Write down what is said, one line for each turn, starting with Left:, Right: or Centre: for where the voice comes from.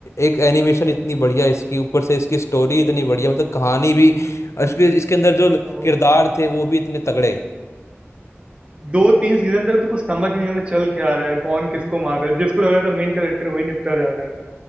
Left: एक एनिमेशन इतनी बढ़िया इसकी ऊपर से इसकी स्टोरी इतनी बढ़िया मतलब कहानी भी इसके इसके अंदर जो
Right: ओ
Left: किरदार थे वो भी इतने तगड़े
Right: 2-3 सीज़न तक तो कुछ समझ ही नहीं आ रहा चल क्या आ रहा है, कौन किसको मार रहा है, जिसको लग रहा था मेन कैरेक्टर वही निपटा जा रहा है।